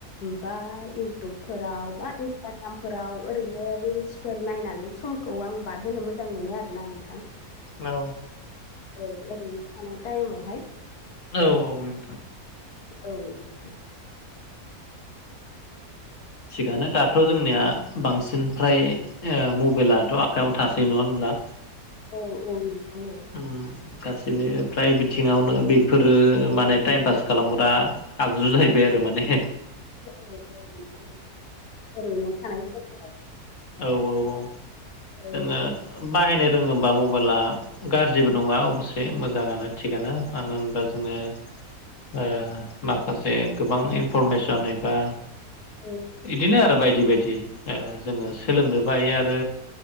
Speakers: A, on the left; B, on the left.
A: बा इउटुबफोराव बा इन्सटाग्रामफोराव ओरैनो रिल्स फोर नायनानै समखौ आं बारहोनो मोजां मोनो आरोना नोंथां।
B: औ
A: औ ओरैनो थानाय टाइमावहाय
B: औ औ नोंथां
A: औ नोंथां
B: थिगानो दा थ जोंनिया बांसिन फ्राय ओ मबाइलाथ आखयावनो थासै नङा होनब्ला?
A: औ औ नोंथां औ
B: उम गासिबो फ्राय बिथिङावनो बेफोरो माने टाइम पास खालामग्रा आगजु जाहैबाय आरो माने
A: औ औ नोंथां औ ओरैनो थानाय समफ्राव
B: औ औ औ
A: औ औ
B: जोङो
A: औ
B: बाहायनो रोङोबा मबाइला गाज्रिबो नङा अबसे मोजाङानो। थिगानो मानो होनबा जोङो ओ माखासे गोबां इनफरमेसन एबा
A: औ
B: बिदिनो आरो बायदि बायदि जोङो सोलोंनो बायो आरो